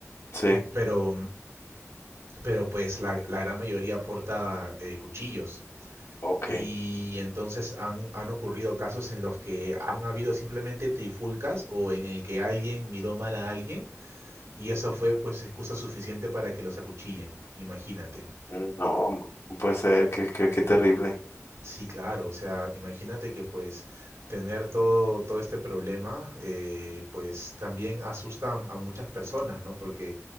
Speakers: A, on the left; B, on the right.
A: sí,
B: Pero pero pues la, la gran mayoría porta eh, cuchillos.
A: ok.
B: Y entonces han, han ocurrido casos en los que han habido simplemente trifulcas o en el que alguien miró mal a alguien y eso fue pues excusa suficiente para que los acuchillen, imagínate.
A: Mm, No, m- no puede ser, qué, qué, qué terrible.
B: Sí, claro, o sea, imagínate que pues tener todo, todo este problema, eh, pues también asusta a, a muchas personas, ¿no? Porque